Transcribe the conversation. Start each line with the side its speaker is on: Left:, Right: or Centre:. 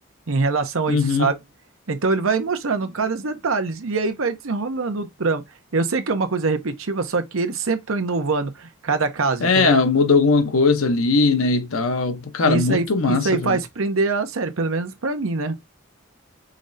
Right: em relação a
Left: Uhum.
Right: isso, sabe? Então ele vai mostrando cada detalhe e aí vai desenrolando o trama. Eu sei que é uma coisa repetitiva, só que eles sempre estão inovando cada caso,
Left: É,
Right: entendeu?
Left: muda alguma coisa ali, né, e tal. Pô, Cara,
Right: E isso
Left: muito
Right: aí,
Left: massa,
Right: isso aí
Left: velho.
Right: faz prender a série, pelo menos pra mim, né?